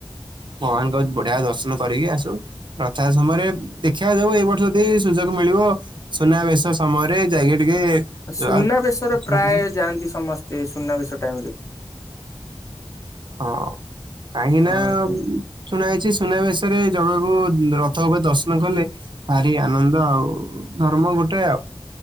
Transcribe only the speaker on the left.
ସୁନାବେଶରେ
ପ୍ରାୟ
ଯାଆନ୍ତି ସମସ୍ତେ ସୁନାବେଶ ଟାଇମ୍ ରେ
ହଁ ଶୁଣ